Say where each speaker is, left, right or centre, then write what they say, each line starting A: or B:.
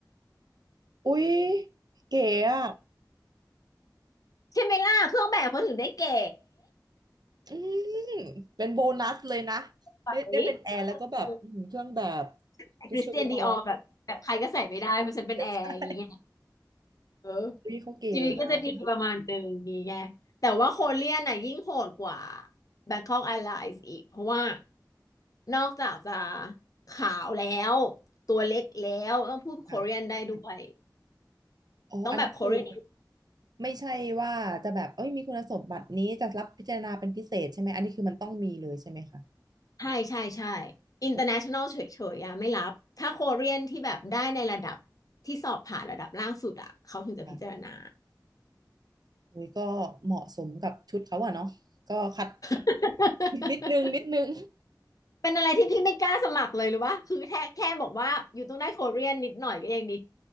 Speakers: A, on the right (about 65°); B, on the left (about 55°).
A: อุ้ยเก๋อ่ะ
B: ใช่ไหมล่ะเครื่องแบบเขาถึงได้เก๋
A: อืมเป็นโบนัสเลยนะ
B: ใส่เออ
A: ได้ได้เป็นแอร์แล้วก็แบบอืมเครื่องแบบ
B: แต่คริสเตียนดีออร์แบบแบบใครก็ใส่ไม่ได้เพราะฉันเป็นแอร์อย่างเงี้ย
A: ชุดสตูดิโอใช่
B: เออ
A: วิเขาเกลนะ
B: ชีวิตก็จะดีประมาณหนึ่งอย่างเงี้ยแต่ว่าโคเรียนน่ะยิ่งโหดกว่า Bangkok Airlines อีกเพราะว่านอกจากจะขาวแล้วตัวเล็กแล้วต้องพูดโคเรียนได้ด้วย
A: ค่ะอ๋ออันนี้คือ
B: ต้องแบบโคเรียน
A: ไม่ใช่ว่าจะแบบเอ้ยมีคุณสมบัตินี้จะรับพิจารณาเป็นพิเศษใช่ไหมอันนี้คือมันต้องมีเลยใช่ไหมคะ
B: ใช่ใช่ใช่ international
A: โอเค
B: เฉยๆอะไม่รับ ถ้าโคเรียนที่แบบได้ในระดับที่สอบผ่านระดับล่างสุดอะเขาถึงจะพิจารณา
A: ค่ะอุ้ยก็เหมาะสมกับชุดเขาอะเนาะก็ขัด
B: <laughs>
A: นิดนึงนิดนึง
B: เป็นอะไรที่พี่ไม่กล้าสมัครเลยหรือว่าคือแค่แค่บอกว่าอยู่ต้องได้โคเรียนนิดหน่อยก็ยังดี